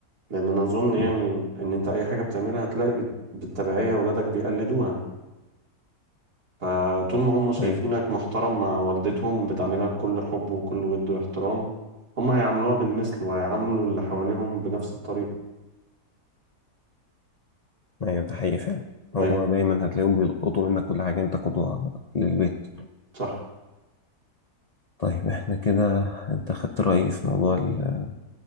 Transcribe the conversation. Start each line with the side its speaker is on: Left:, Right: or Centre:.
Right: لان انا اظن يعني
Left: مم.
Right: ان انت اي حاجة بتعملها هتلاقي بت... بالتبعية اولادك بيقلدوها فطول ما هم شايفينك
Left: ايوه
Right: محترم مع والدتهم بتعاملها بكل حب وكل ود واحترام هم هيعاملوها بالمثل وهيعاملوا اللي حواليهم بنفس الطريقة
Left: ايوه ده حقيقي فعلا
Right: أيوة
Left: هو دايما هتلاقيهم بيلقطوا منك كل حاجة انت قدوة للبيت
Right: صح
Left: طيب احنا كده انت خدت رأيي في موضوع ال...